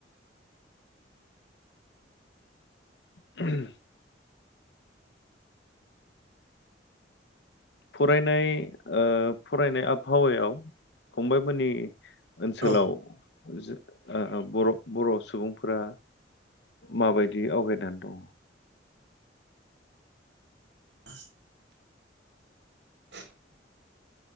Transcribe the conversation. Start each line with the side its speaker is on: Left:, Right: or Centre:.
Left: <unintelligible> फरायनाय ओ फरायनाय आबहावायाव फंबाइमोनि ओनसोलाव
Right: औ
Left: जो ओ बर बर सुबुंफोरा माबायदि आवगायनानै दङ
Right: <inaudible> <unintelligible>